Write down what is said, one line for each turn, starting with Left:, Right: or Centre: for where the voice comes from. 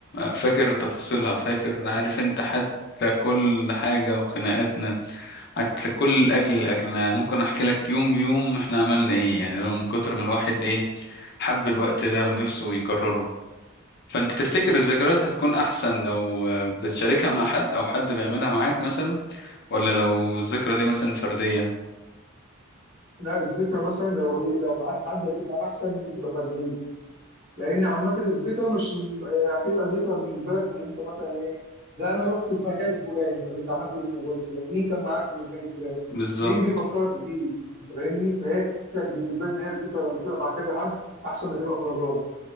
Left: فاكر تفاصيلها فاكر عارف انت حتى كل حاجه وخناقاتنا حتى كل الاكل اللي اكلناه ممكن احكي لك يوم يوم احنا عملنا ايه يعني لو من كتر ما الواحد ايه حب الوقت ده ونفسه يكرره فانت تفتكر الذكريات هتكون احسن لو بتشاركها مع حد او حد بيعملها معاك مثلا ولا لو الذكرى دي مثلا فرديه
Right: لا الذكرى مثلا لو هي لو معاك حد دي بقى احسن من تبقى فرديه لان عامه الذكرى مش يعني هتبقى ذكرى بالنسبه لك ان انت مثلا ايه ده انا رحت في مكان الفلاني طب انت عملت ايه في المكان الفلاني مين كان معاك في المكان الفلاني
Left: بالظبط
Right: مين بيفكرك بيه انت فاهمني فهي كانت بالنسبه لي ان هي الذكرى لما تبقى مع كذا حد احسن ما تبقى فردان